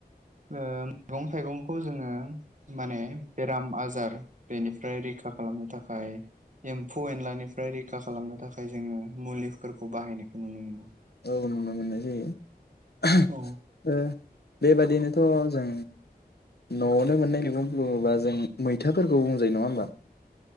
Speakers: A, on the right; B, on the left.
A: ओ मैगं थाइगंखौ जोङो माने राम आजार बेनिफ्राय रैखा खालामनो थाखाय एम फ एनलानिफ्राय रैखा खालामनो थाखाय जोङो मुलिफोरखौ बाहायनायखौ नुनो मोनो
B: औ नुनो मोननाय जायो।
A: औ
B: बेबादिनोथ' जों न'आवनो मोननाय मैग बुङोबा जों मैथाफोरखौ बुंजायो नङा होमबा?